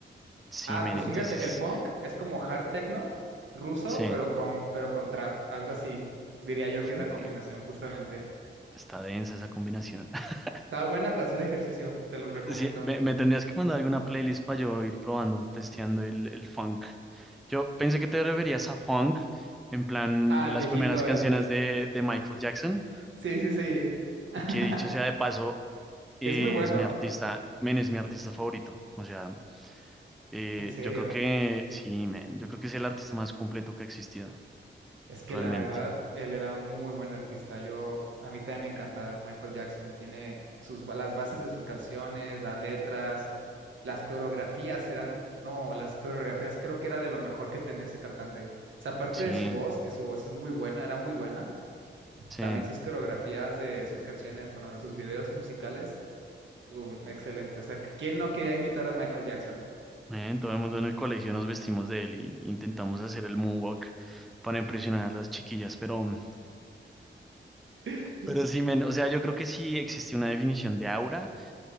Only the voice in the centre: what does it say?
Sí,
men,
entonces,
sí,
uf,
me,
está densa esa combinación. <laughs>
Sí, me, me tendrías que mandar alguna playlist para yo ir probando, testeando el, el funk. Yo pensé que te referías a funk, en plan
las
primeras canciones
de, de Michael Jackson,
que dicho sea de paso, es
mi artista, men, es mi artista favorito. O sea, eh,
yo creo que, sí, men, yo creo que es el artista más completo que ha existido,
realmente.
Sí,
sí.
Eh, todo el mundo en el colegio nos vestimos de él y intentamos hacer el moonwalk para impresionar a las chiquillas, pero, mm,
pero sí, men, o sea, yo creo que si existe una definición de aura,